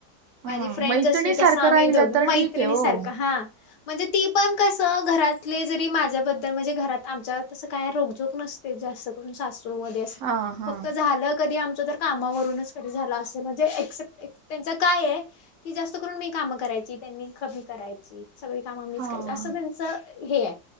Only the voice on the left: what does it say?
माझी
फ्रेंड
जशी
तस आम्ही
दोघ
मैत्रिणी
सारख हा. म्हणजे ती पण कसं घरातले जरी माझ्याबद्दल म्हणजे घरात आमच्या तसं काय रोखजोक नसत. ते जास्त करून सासू मध्ये अस
फक्त झालं कधी आमच त कामावरूनच कधी झाला असेल म्हणजे एसेप त्यांच काय आहे की जास्त करून मी कामं करायची त्यांनी कमी करायची सगळी कामं मीच
करायची असं हे आहे.